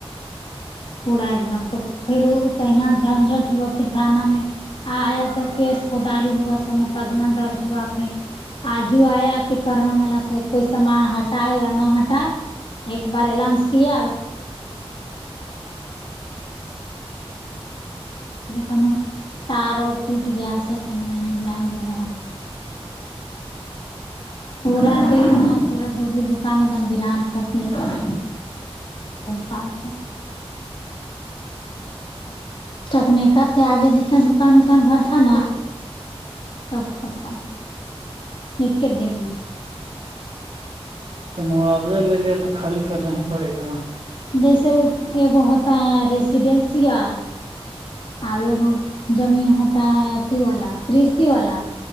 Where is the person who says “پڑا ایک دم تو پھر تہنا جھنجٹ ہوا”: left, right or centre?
Left